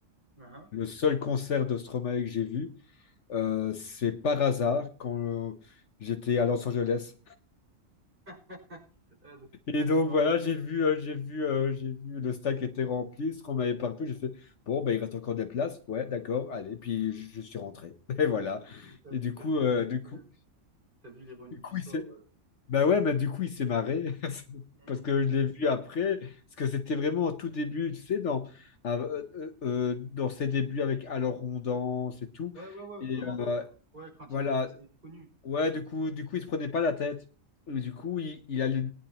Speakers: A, on the right; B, on the left.
A: Hein
B: le seul concert de Stromae que j'ai vu, euh, c'est par hasard quand euh, j'étais à Los Angeles.
A: <laughs> Ouais, donc, c'est pas
B: Et
A: du
B: donc
A: tout en
B: voilà,
A: Belgique.
B: j'ai vu, euh, j'ai vu, euh, j'ai vu le stack était rempli, ce qu'on m'avait partout. J'ai fait, bon, ben, il reste encore des places. Ouais, d'accord, allez. Puis je je suis rentré. <laughs> Et voilà.
A: T'as
B: Et du
A: t'as
B: coup,
A: vu,
B: euh,
A: les-
B: du coup,
A: t'as vu l'ironie
B: du
A: du
B: coup,
A: sort.
B: il s'est...
A: euh.
B: Bah ouais, mais du coup, il s'est marré. <laughs>
A: Mm.
B: Parce que je l'ai vu après. Parce que c'était vraiment au tout début, tu sais, dans, ah, euh, euh, euh, dans ses débuts avec Alors on danse et tout.
A: Ouais, ouais, ouais,
B: Et
A: vraiment.
B: euh,
A: Quand, quand- ouais, quand
B: voilà,
A: il a commencé à être connu.
B: Ouais, du coup, du coup, il se prenait pas la tête. Et du coup, il, il allait